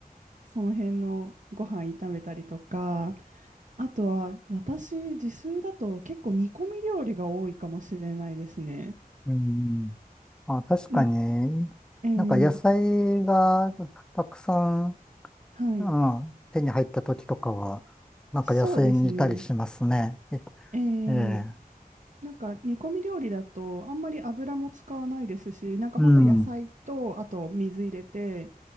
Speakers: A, on the right (about 55°); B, in the centre.
A: <laughs> その辺のご飯炒めたりとか、あとは、私、自炊だと結構煮込み料理が多いかもしれないですね。
B: うん。あ、確かに、
A: まあ、えー
B: なんか野菜がたくさん
A: はい。
B: ああ、手に入った時とかは、なんか野生にいたりしますね。
A: そうですね。
B: え
A: えー
B: ええ、
A: なんか煮込み料理だとあんまり油も使わないですし、なんかほんと野菜とあと水入れて
B: うん、